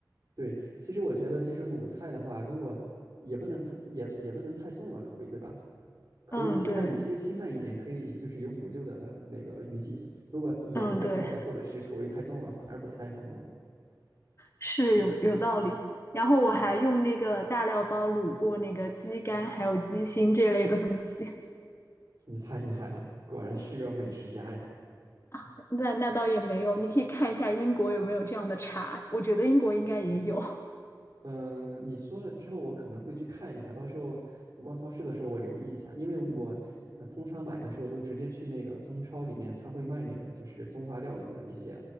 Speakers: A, on the right; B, on the left.
A: 对，其实我觉得就是鲁菜的话，如果也不能太也也不能太重了口味，对吧？口味清淡一，
B: 嗯，对，
A: 其实清淡一点可以，就是有补救的那个余地。如果盐太多了，
B: 嗯，对。
A: 或者是口味太重了，反而不太好弄了
B: 是有有道理。然后我还用那个大料包卤过那个鸡肝，还有鸡心这类的东西。
A: 你太厉害了，果然是个美食家呀！
B: <laughs> 那那倒也没有，你可以看一下英国有没有这样的茶，我觉得英国应该也有。<laughs>
A: 嗯、呃你说了之后，我可能会去看一下。到时候我逛超市的时候，我留意一下，因为我呃通常买的时候都直接去那个中超里面，他会卖那个就是中华料理的一些